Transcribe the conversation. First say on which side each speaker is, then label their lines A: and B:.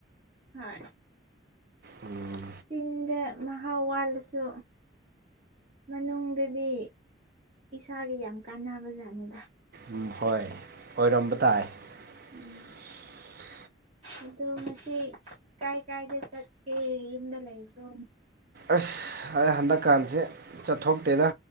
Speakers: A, on the right (about 35°); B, on the right (about 50°).
A: ꯍꯣꯏ
B: ꯎꯝ
A: ꯆꯤꯟꯗ ꯃꯍꯥꯎ ꯋꯥꯜꯂꯁꯨ ꯃꯅꯨꯡꯗꯗꯤ ꯏꯁꯥꯒꯤ ꯌꯥꯝ ꯀꯥꯟꯅꯕꯖꯥꯠꯅꯤꯕ
B: ꯎꯝ ꯍꯣꯏ ꯑꯣꯏꯔꯝꯕ ꯇꯥꯏ <unintelligible>
A: ꯎꯝ ꯑꯗꯣ ꯉꯁꯤ ꯀꯥꯏ ꯀꯥꯏꯗ ꯆꯠꯀꯦ ꯌꯨꯝꯗ ꯂꯩꯕ꯭ꯔꯣ
B: ꯑꯁ ꯑꯩ ꯍꯟꯗꯛꯀꯥꯟꯁꯦ ꯆꯠꯊꯣꯛꯇꯦꯗ